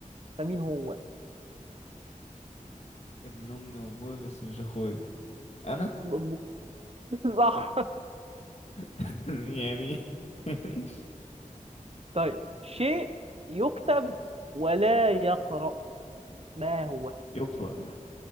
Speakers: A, on the right (about 45°); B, on the left (about 50°).
A: فمين هو
B: ابن امي وابوي بس مش اخويا انا
A: مظبوط <laughs> صح
B: <laughs> يعني <laughs> ماشي
A: طيب شيء يكتب ولا يقرأ ما هو
B: يقرأ يا أحمد.